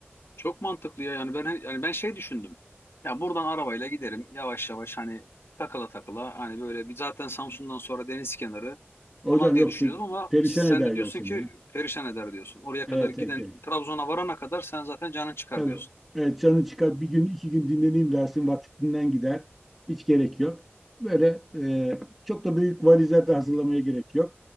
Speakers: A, on the left; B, in the centre.
A: Çok mantıklı ya. Yani ben hani ben şey düşündüm. Ya buradan arabayla giderim yavaş yavaş hani takıla takıla hani böyle bir zaten Samsun'dan sonra deniz kenarı
B: Hocam
A: falan diye
B: yok
A: düşünüyordum
B: pe-
A: ama
B: perişan
A: sen
B: eder
A: de
B: yol
A: diyorsun
B: seni
A: ki
B: ya.
A: perişan eder diyorsun. Oraya
B: Evet,
A: kadar giden
B: evet gerek.
A: Trabzon'a varana kadar sen zaten canın çıkar
B: Tabii.
A: diyorsun.
B: Evet, canın çıkar bir gün iki gün dinleneyim dersin vaktinden gider. Hiç gerek yok. Böyle e, çok da büyük valizler de hazırlamaya gerek yok.